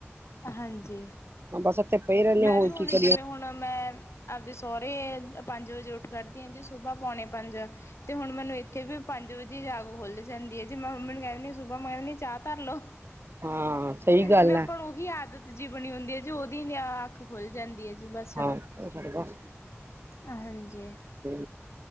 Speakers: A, on the left; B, on the right.
A: ਹਾਂਜੀ
B: <unintelligible>
A: ਮੈਂ
B: ਹੋਰ
A: ਵੀ ਹੁਣ,
B: ਕੀ ਕਰੀਏ
A: ਜਿਵੇਂ ਹੁਣ ਮੈਂ ਆਪਦੇ ਸਹੁਰੇ ਪੰਜ ਵਜੇ ਉੱਠ ਕਰੱਦੀ ਹਾਂ ਜੀ, ਸੁਬਹ ਪੌਣੇ ਪੰਜ ਤੇ ਹੁਣ ਮੈਨੂੰ ਇੱਥੇ ਵੀ ਪੰਜ ਵਜੇ ਜਾਗੂ ਖੁੱਲ ਜਾਂਦੀ ਹੈ, ਜੇ ਮੈਂ ਹ ਮੈਨ ਕਹਿੰਦੀ ਸ਼ ਸੁਭਾ ਮੈਂ ਮੀ ਚਾਹ ਤਾਰ ਲੋ,
B: ਹਾਂ ਸਹੀ ਗੱਲ
A: ਵੀ ਆਪਣ
B: ਹੈ
A: ਹੀ ਆਦਤ ਜੀ ਬਣੀ ਹੁੰਦੀ ਹੈ ਜੀ, ਉਹਦੀ ਅੱਖ ਖੁੱਲ ਜਾਂਦੀ ਹੈ ਜੀ ਬਸ,
B: ਹਾਂ ਬਸ
A: ਹਾਂਜੀ
B: ਹਮ